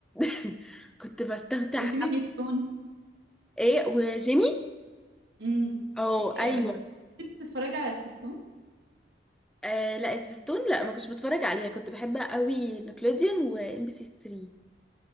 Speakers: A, in the centre; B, on the right.
A: <laughs> كنت بستمتع
B: وجيمي نيوترون
A: ايه وجيمي
B: امم
A: اه
B: إيه،
A: ايوه
B: بس كنت بتتفرج على سبيستون
A: آه لا سبيستون لا ما كنتش بتفرج عليها كنت بحب قوي نيكلوديان وام بي سي 3